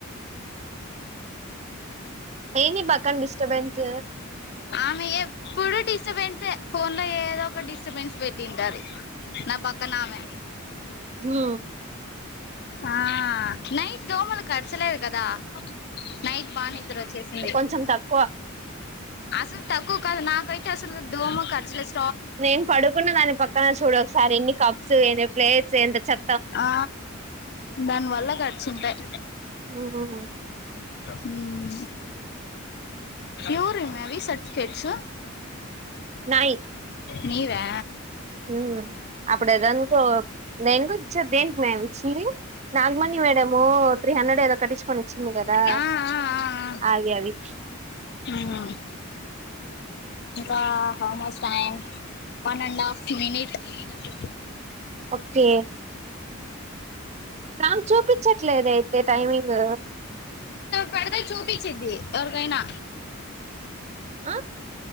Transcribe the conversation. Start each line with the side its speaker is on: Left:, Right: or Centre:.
Right: ఏంది పక్కన డిస్టర్బెన్స్
Left: ఆమే ఎప్పుడు డిస్టర్బెన్సే ఫోన్ లో ఏదో ఒక డిస్ డిస్ట్రబెన్స్ పెట్టింటాది నా పక్కనామే
Right: ఆ
Left: ఆ నైట్ దోమలు కరచలేదు కదా నైట్ బా నిద్దర వచ్చేసింది
Right: కొంచం తక్కువ
Left: అసలు తక్కువ కాదు నాకైతే అసలు దోమ ఖర్చ లేదు
Right: నేను పడుకున్న దాని పక్కన చూడు ఒకసారి ఎన్ని కప్స్ ఎన్ని ప్లేట్స్ ఎంత చ
Left: ఆ దాని వల్ల కర్చింటాయ్
Right: ఆహ
Left: ఉమ్ ఎవరు మే అవీ సర్టిఫికెట్స్
Right: న
Left: నీవే
Right: ఉమ్ అప్పుడేదనుకో దేనికో ఇచి దేనికి మే అవి ఇచ్చింది నాగమణి మేడము త్రీ హండ్రెడ్ ఏదో కట్టించుకొని ఇచ్చింది కదా
Left: ఆ ఆ ఆ
Right: అవి అవి
Left: ఆ ఆ ఆ how much time one and half minute ఇ
Right: ఒకే నాకు చూపించట్లేదు అయితే టైమింగ్
Left: పడితే చూపించింది ఎవరికైనా
Right: ఆ